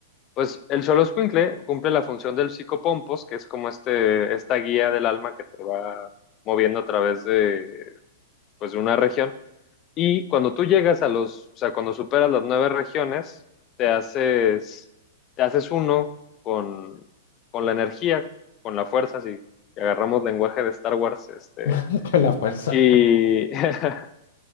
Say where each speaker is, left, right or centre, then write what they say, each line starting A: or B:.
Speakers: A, on the left (about 25°); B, on the left (about 55°).
A: pues el cholo escuincle cumple la función del psicopompos, que es como este, esta guía del alma que te va moviendo a través de, pues, de una región Y cuando tú llegas a los, o sea, cuando superas las nueve regiones, te haces, te haces uno con, con la energía, con la fuerza, si agarramos lenguaje de Star Wars, este,
B: <laughs> Con la fuerza.
A: y, <laughs>